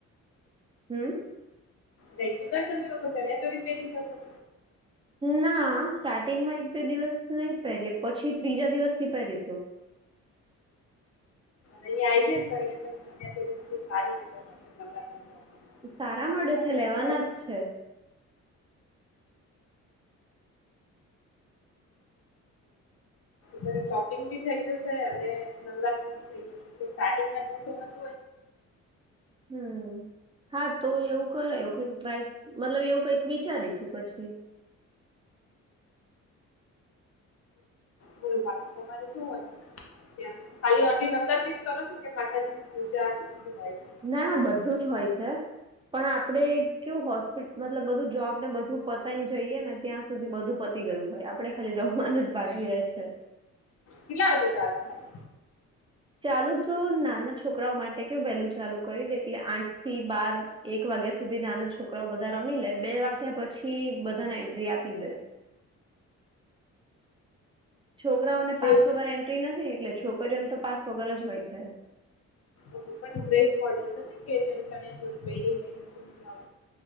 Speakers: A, on the right (about 15°); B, on the left (about 50°).
A: હમ
B: દેટદ તમે લોકો ચણીયા ચોડી પેરી જશો
A: ના સ્ટાર્ટિંગ માં એક બે દિવસ નહી પહેરીએ પછી ત્રીજા દિવસ થી પહેરીશું
B: અહિયાં આઈ જે તો અહિયાં ચણિયાચોલી સારી રીતે મળશે ઓફરમાં.
A: સારા મળે
B: તો અહીંયાથી
A: છે લેવાના જ છે.
B: ત શોપિંગ ભી થઈ જશે અને નવરાત્રી <unintelligible> ના દિવસોમાં
A: હમ હા તો એવું કરાયું કઈક ટ્રાય મતલબ એવું કઈક વિચારીશું પછી
B: બ બાકી તમારે શું હોય ખાલી આટલી નવરાત્રી છો કે માતાજી ની પૂજા કે શું હોય છે
A: ના ના બધું જ હોય છે પણ આપડે કેવું હોસ્પિટ મતલબ બધું જોબને બધું પતાવીને જઈએ ને ત્યાં સુધી બધું તી ગયું હોય આપડણે ખાલી રમવાનું જ બાકી રહેે છે
B: કેટલા વાગે ચાલુ થાય
A: ચાલુ તો નાના છોકરાઓ માટે કે હ વહેલું ચાલુ કરી દે એટલે આઠ થી બાર એક વાગ્યા સુધી નાના છોકરાઓ બધા રમી લે બે વાગ્યા પછી બધાને એન્ટ્રી આપી દે છોકરાઓને
B: જેવું
A: પાસ વગર એન્ટ્રી નથી એટલે છોકરીઓને તો પાસ વગર જ હોય છે
B: ઓકે પણ ડૈસ કોડ છે ને કે જેને ચણ્યા ચોડી પહેરી હો એ લોકોને જવા